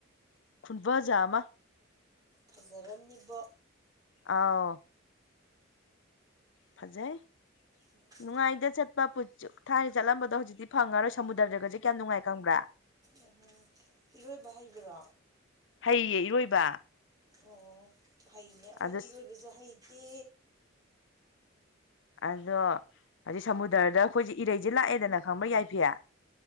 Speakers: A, on the left; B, on the right.
A: ꯈꯟꯕꯖꯃ
B: ꯐꯖꯔꯝꯂꯤꯕ
A: ꯑꯥꯎ ꯐꯖꯩ
B: ꯎꯝ
A: ꯅꯨꯡꯉꯥꯏꯗ ꯆꯠꯄ ꯊꯥꯏꯅ ꯆꯠꯂꯝꯕꯗꯣ ꯍꯧꯖꯤꯛꯇꯤ ꯐꯪꯉꯔꯣꯏ ꯁꯃꯨꯗ꯭ꯔꯗꯒꯁꯦ ꯀꯌꯥꯝ ꯅꯨꯡꯉꯥꯏ ꯈꯪꯕ꯭ꯔꯥ
B: ꯎꯝ ꯏꯔꯣꯏꯕ ꯍꯩꯕ꯭ꯔꯣ
A: ꯍꯩꯌꯦ ꯏꯔꯣꯏꯕ
B: ꯑꯣ ꯐꯩꯅꯦ ꯑꯩꯈꯣꯏꯗꯤ
A: ꯑꯗꯨ
B: ꯏꯔꯣꯏꯕꯁꯨ ꯍꯩꯇꯦ
A: ꯑꯗꯣ ꯍꯧꯖꯤꯛ ꯁꯃꯨꯗ꯭ꯔꯗ ꯑꯩꯈꯣꯏꯁꯦ ꯏꯔꯩꯁꯦ ꯂꯥꯛꯑꯦꯗꯅ ꯈꯪꯕ ꯌꯥꯏꯐꯦ